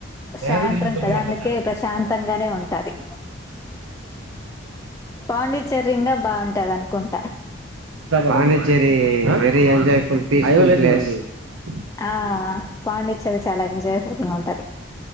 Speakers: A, on the right; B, on the left.
A: నాకు
B: సాయంత్రం
A: తెలిసి బుల్
B: కదా
A: మాట్లాడినారు
B: అందుకే ప్రశాంతంగానే ఉంటది పాండిచ్చేరి ఇంకా బాగుంటది అనుకుంటా
A: Pondicherry very enjoy full piece full place హమ్
B: ఆ అ పాండించ్చేరి చాలా ఎంజాయ్ <unintelligible> ఉంటది